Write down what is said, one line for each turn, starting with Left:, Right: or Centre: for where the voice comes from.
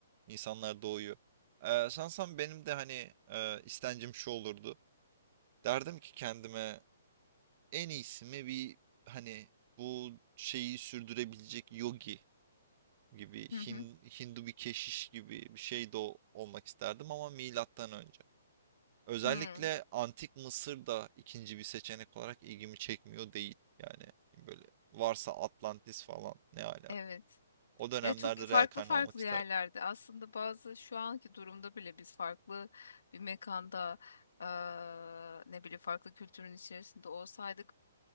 Right: insanlar doğuyor. Ee, sansam benim de hani e, istencim şu olurdu. Derdim ki kendime en iyisi mi bir hani bu şeyi sürdürebilecek yogi gibi Hin-
Left: Hı hı.
Right: Hindu bir keşiş gibi bir şey de o- olmak isterdim ama milattan önce. Özellikle
Left: Hı.
Right: antik Mısır da ikinci bir seçenek olarak ilgimi çekmiyor değil. Yani böyle varsa Atlantis falan ne ala.
Left: Evet.
Right: O dönemlerde
Left: Ya çok farklı
Right: reenkarne
Left: farklı
Right: olmak isterdim.
Left: yerlerde aslında bazı şu anki durumda bile biz farklı bir mekanda eee, ne bileyim farklı kültürün içerisinde olsaydık